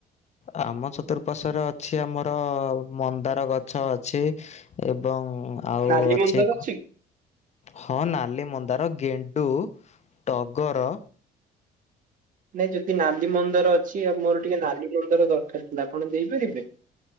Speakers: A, on the left; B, on the right.
A: ଆମ ଚତୁଃପାର୍ଶ୍ଵରେ ଅଛି ଆମର ମନ୍ଦାର ଗଛ ଅଛି। ଏବଂ ଆଉ
B: ନାଲି
A: ଅଛି।
B: ମନ୍ଦାର କି?
A: ହଁ ନାଲି ମନ୍ଦାର ଗେଣ୍ଡୁ ଟଗର
B: ନାଇଁ ଯଦି ନାଲି ମନ୍ଦାର ଅଛି। ଆଉ ମୋର ଟିକେ ନାଲି ମନ୍ଦାର ଦରକାର ଥିଲା ଆପଣ ଦେଇପାରିବେ?